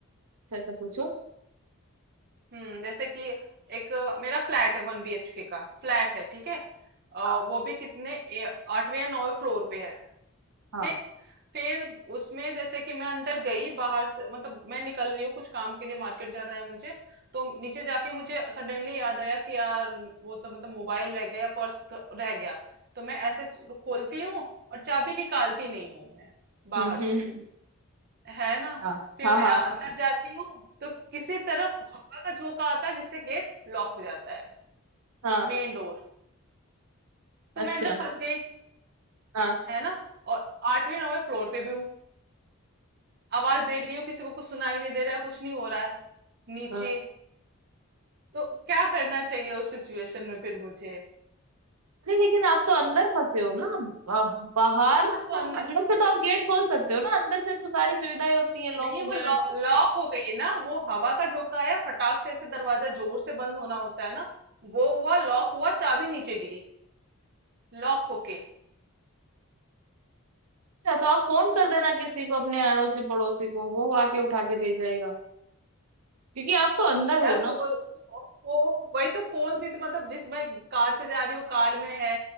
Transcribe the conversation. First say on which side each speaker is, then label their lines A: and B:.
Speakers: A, on the right; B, on the right.
A: अच्छा अच्छा पूछो
B: हम्म जैसे कि एक अ, मेरा फ्लैट है वन बीएचके का फ्लैट है ठीक है अ,
A: हाँ
B: वो भी कितने ए- आठवें या नौवें फ्लोर पे है
A: हाँ
B: ठीक फिर उसमें जैसे कि मैं अंदर गई बाहर से मतलब मैं निकल रही हूँ कुछ काम के लिए मार्केट जाना है मुझे तो नीचे जाके मुझे सडनली याद आया कि यार वो तो मतलब मोबाइल रह गया या पर्स रह गया तो मैं ऐसे खोलती हूँ और चाबी निकालती नहीं हूँ मैं बाहर
A: हम्म हम्म
B: से
A: हम्म
B: है ना
A: हाँ
B: फिर
A: हाँ
B: मैं
A: हाँ
B: अ, अंदर जाती हूँ तो किसी तरह हवा का झोंका आता है जिससे गेट लॉक हो जाता है
A: हाँ
B: मेन डोर
A: अच्छा
B: तो मैं अंदर फंस गई
A: हाँ
B: है ना और आठवीं नौवें फ्लोर पे भी हूँ आवाज दे रही हूँ किसी को कुछ सुनाई नहीं दे रहा है कुछ नहीं हो रहा है नीचे
A: हाँ
B: तो क्या करना चाहिए उस सिचुएशन में फिर मुझे
A: नहीं लेकिन आप तो अंदर फंसे हो ना ब- बाहर
B: हाँ,
A: तो
B: तो अंदर
A: अंदर से तो आप गेट खोल सकते हो ना अंदर से तो सारी सुविधाएं होती हैं लॉक
B: नहीं
A: वगैरह
B: वो
A: की
B: लॉक हो गई है ना वो हवा का झोंका आया फटाक से ऐसे दरवाजा जोर से बंद होना होता है ना वो हुआ लॉक हुआ चाबी नीचे गिरी लॉक होके
A: अच्छा तो आप फोन कर देना किसी को अपने अड़ोसी पड़ोसी को वो आके उठा के दे जाएगा क्योंकि आप तो अंदर
B: यार
A: हो ना
B: फोन
A: मतलब
B: फो, वही तो फोन भी तो मतलब जिस मैं कार से जा रही हूँ कार में है